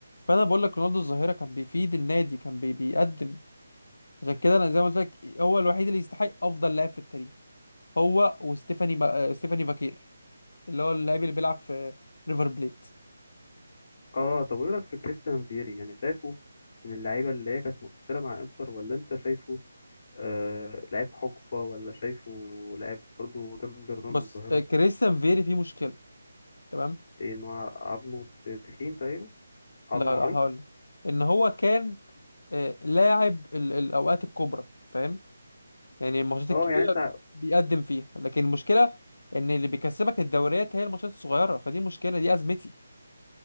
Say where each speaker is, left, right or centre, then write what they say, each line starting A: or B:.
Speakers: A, on the left; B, on the left.
A: فأنا بقول لك رونالدو الظاهرة كان بيفيد النادي كان بي بيقدم عشان كده أنا زي ما قلت لك هو الوحيد اللي يستحق أفضل لاعب في التاريخ هو وستيفاني با... ستيفاني فاكير اللي هو اللاعب اللي بيلعب في ريفر بليت
B: اه طب وايه رايك في كريستيان فيري يعني شايفه من اللعيبة اللي هي كانت مؤثرة مع انتر ولا انت شايفه آه، لعيب حقبة ولا شايفه لعيب برضو جنب رونالدو
A: بص
B: الظاهرة
A: آه، كريستيان فيري فيه مشكله تمام
B: إيه إن هو عظمه تخين تقريبا عظمه
A: لا لا
B: عريض
A: هقول لك. ان هو كان آه، لاعب ال- الاوقات الكبرى فاهم يعني الماتشات الكبيره
B: اه يعني انت
A: بيقدم فيها لكن المشكله ان اللي بيكسبك الدوريات هي الماتشات الصغيره فدي مشكله دي ازمتي